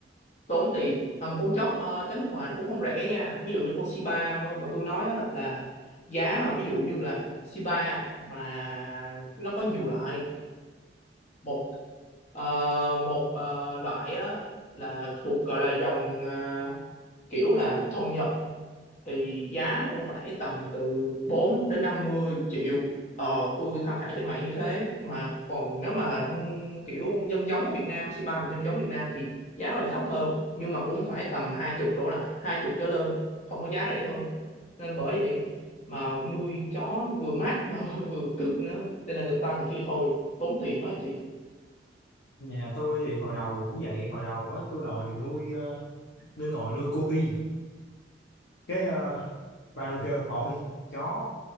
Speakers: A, on the left; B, on the left.
A: tốn tiền mà một con chó ờ, chó nước ngoài nó cũng không rẻ nha ví dụ như con Shiba mà, mà tôi nói á, là giá mà ví dụ như là Shiba mà nó có nhiều loại một ờ, một ờ, loại á là thuộc gọi là dòng à, kiểu là thuần Nhật thì giá nó cũng phải tầm từ bốn đến năm mươi triệu ờ, tôi tham khảo trên mạng như thế mà còn nếu mà ông kiểu ông nhân giống ở Việt Nam c ba mà nhân giống Việt Nam thì giá lại thấp hơn nhưng mà cũng phải tầm hai chục đổ lại hai chục trở lên không có giá rẻ hơn nên bởi vậy mà nuôi chó vừa mát mà <laughs> vừa cực nữa đây là người ta thì kia thôi tốn tiền quá chị
B: nhà tôi thì hồi đầu cũng vậy hồi đầu á, tôi đòi nuôi ờ, nuôi nồi nuôi cô ghi cái ờ, ba tôi kêu thôi chó